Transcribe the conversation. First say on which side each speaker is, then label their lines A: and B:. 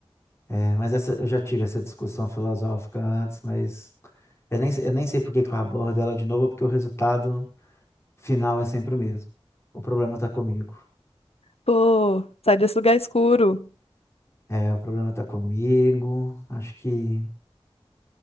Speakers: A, on the left (about 25°); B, on the left (about 75°).
A: É, mas essa, eu já tive essa discussão filosófica antes, mas eu nem, eu nem sei por que que eu abordo ela de novo, porque o resultado final é sempre o mesmo. O problema tá comigo.
B: Pô, sai desse lugar escuro.
A: É, o problema tá comigo. Acho que.